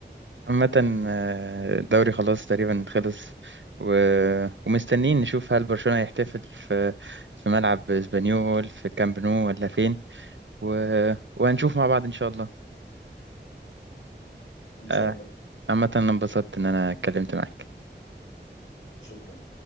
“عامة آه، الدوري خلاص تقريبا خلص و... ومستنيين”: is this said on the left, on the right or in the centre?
Right